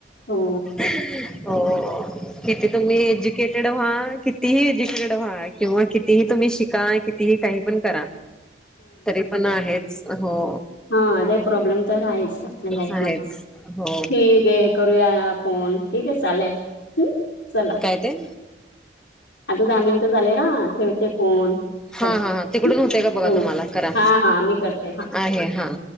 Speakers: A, on the left (about 85°); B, in the centre.
A: हो
B: हो किती तुम्ही एज्युकेटेड व्हा, कितीही एज्युकेटेड व्हा किंवा कितीही तुम्ही शिका. कितीही काही पण करा, तरी पण आहेच हो.
A: हां.. आ प्रॉब्लेम तर आहेच, आपल्या लाईफ
B: आहेच
A: मध्ये
B: हो
A: ठीक आहे. करूया फोन ठीक आहे, चालेल हम्म चला.
B: काय ते,
A: आता दहा मिनिटं झाले ना, ठेवते फोन.
B: हा
A: चला
B: हा हा.. तिकडून
A: हं,
B: होते का बघा,
A: हो
B: तुम्हाला करा
A: हा हा मी करते हा
B: आहे हां.